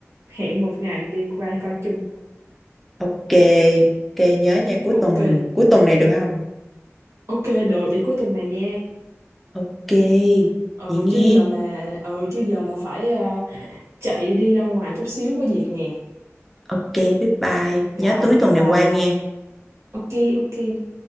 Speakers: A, on the right (about 65°); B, in the centre.
A: hẹn một ngày đi quay coi chung
B: ok ok nhớ nha cuối
A: ok
B: tuần cuối tuần này được không
A: ok được vậy cuối tuần này nha
B: ok
A: ừ
B: vậy nghe
A: chứ giờ là ừ chứ giờ là phải ờ, chạy đi ra ngoài chút xíu có việc nè
B: ok bye bye
A: rồi
B: nhớ túi tuần
A: bye
B: này
A: bye
B: qua nghe
A: ok ok